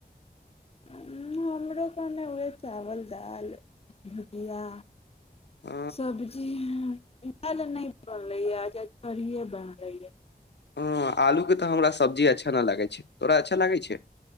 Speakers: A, on the left; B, on the left.
A: उंह हमरो गरमे उएह चावल दाल भुजिया
B: अ
A: सब्जी स दाल नै बनल बनलै आज आइ करहिए बनलै य
B: हँ आलूके तऽ हमरा सब्जी अच्छा नहि लागै छै तोरा अच्छा लागै छै